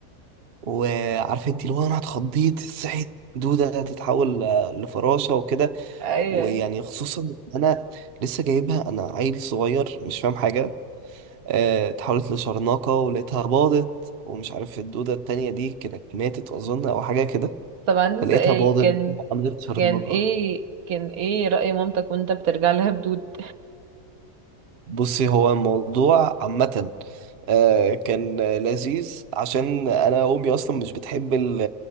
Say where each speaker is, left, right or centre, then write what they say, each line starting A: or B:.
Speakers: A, on the right; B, on the right.
A: وعارف انت اللي هو انا اتخضيت صحيت دوده تتحول آه، لفراشه وكده
B: ايوه
A: ويعني
B: ايوه
A: خصوصا انا لسه جايبها انا عيل صغير مش فاهم حاجه آه، اتحولت لشرناقه ولقيتها باضت ومش عارف الدوده التانية دي كانت ماتت اظن او حاجه كده
B: طب عندي
A: فلقيتها
B: سؤال
A: باضت
B: كان
A: عملت شرناقه
B: كان ايه كان ايه رأي مامتك وانت بترجع لها بدود
A: بصي هو الموضوع عامه آه، كان لذيذ عشان انا امي اصلا مش بتحب ال-